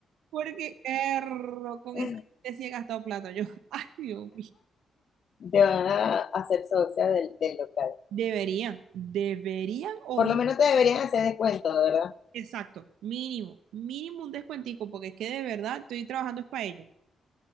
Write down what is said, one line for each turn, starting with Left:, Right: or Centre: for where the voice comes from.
Right: porque erro, con
Left: <laughs>
Right: esa gente sí he gastado plata. Yo, <laughs> ay, Dios mío.
Left: Te van a hacer socia del, del local.
Right: Deberían, deberían o,
Left: Por lo menos te deberían hacer descuento, ¿verdad?
Right: exacto, mínimo, mínimo un descuentico, porque es que de verdad estoy trabajando es para ello.